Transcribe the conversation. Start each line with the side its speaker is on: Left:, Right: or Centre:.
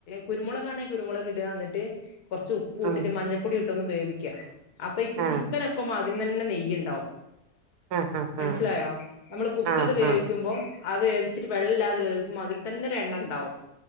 Left: കുരുമുളക് ആണെ കുരുമുളക് ഇടുകാ എന്നിട്ട് കൊർച്ച് ഉ ഉപ്പു
Right: ഉം
Left: ഇട്ടിട്ട് മഞ്ഞപ്പൊടി ഇട്ടൊന്ന് വേവിക്കുക അപ്പൊ ഈ
Right: ആഹ്
Left: ചിക്കൻ ഒക്കെ അതിൽ തന്നെ നെയ്യുണ്ടാവും
Right: ആഹ് ആഹ്
Left: മനസ്സിലായോ
Right: ആഹ്
Left: നമ്മള് കുക്കറിൽ
Right: ആഹ്
Left: വേവിക്കുമ്പം
Right: ആഹ്
Left: അത് വേവിച്ചിട്ട് വെള്ളല്ലാതെ വേവി അതിൽ തന്നെ ഒരു എണ്ണ ഉണ്ടാവും